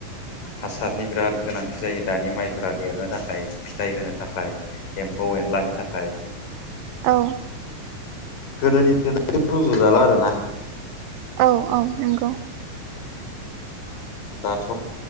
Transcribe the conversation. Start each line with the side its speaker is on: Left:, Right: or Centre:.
Left: हासारनि बिराद गोनांथि जायो दानि माइफोरा देरनो थाखाय फिथाइ होनो थाखाय एम्फौ एनला नि थाखाय।
Right: औ।
Left: गोदोनिदो दानिदो रुजु जाला आरोना।
Right: औ औ नंगौ।
Left: दाथ'